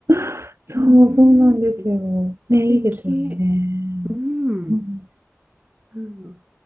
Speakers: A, on the right; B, on the right.
A: <laughs> そう、
B: うーん、
A: そうなんですよ。
B: 素
A: ね、
B: 敵。
A: いいですよね。
B: うん。
A: うん
B: うん